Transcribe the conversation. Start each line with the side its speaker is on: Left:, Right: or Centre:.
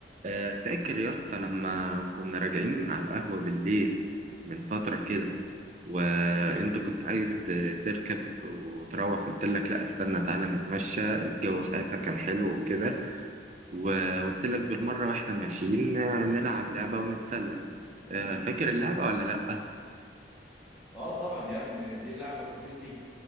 Right: آه، فاكر يا اسطى لما كنا راجعين من على القهوة بالليل من فترة كده وانت كنت عايز آه، تركب وتروح قلت لك لا استنى تعالى نتمشى الجو ساعتها كان حلو وكده وقلت لك بالمرة واحنا ماشيين آه، نلعب لعبة ونتسلى آه، فاكر اللعبة ولا لا؟
Centre: اه طبعا يا ابني دي لعبه تتنسي